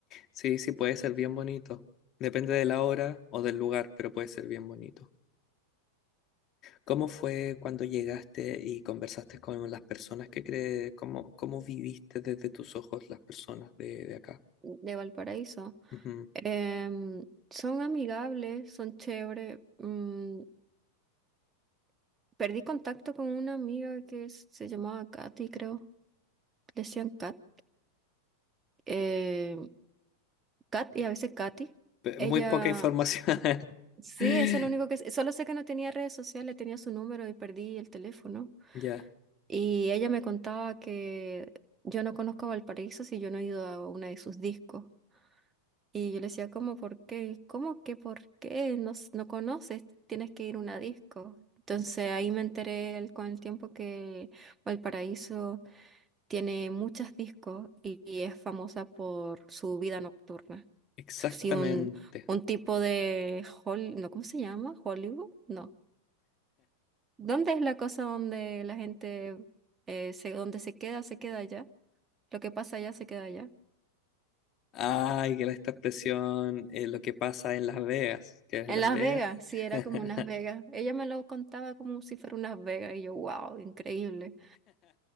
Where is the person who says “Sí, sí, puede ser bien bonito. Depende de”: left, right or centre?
Left